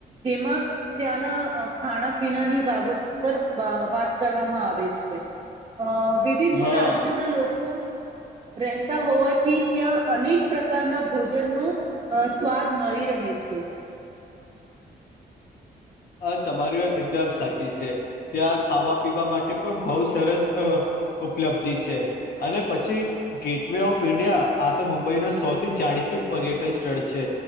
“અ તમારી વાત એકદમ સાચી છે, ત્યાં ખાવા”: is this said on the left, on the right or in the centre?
Left